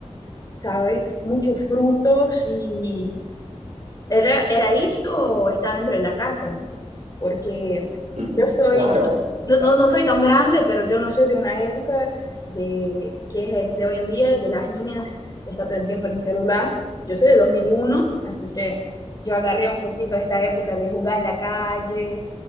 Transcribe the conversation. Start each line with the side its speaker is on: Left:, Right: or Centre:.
Left: ¿sabes? Muchos frutos y ¿era, era eso o está dentro de la casa? Porque
Right: Ujú.
Left: yo soy,
Right: Claro,
Left: no,
Right: claro.
Left: no, no soy tan grande, pero yo no soy de una época de que es de hoy en día, de las niñas, está todo el tiempo en el celular. Yo soy de 2001, así que yo agarré un poquito esta época de jugar en la calle,